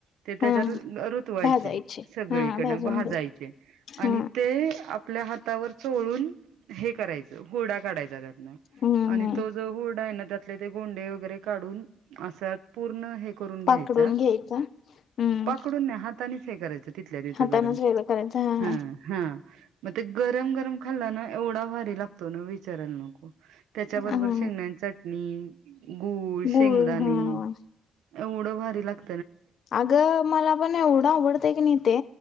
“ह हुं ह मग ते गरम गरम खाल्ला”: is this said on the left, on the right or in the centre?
Right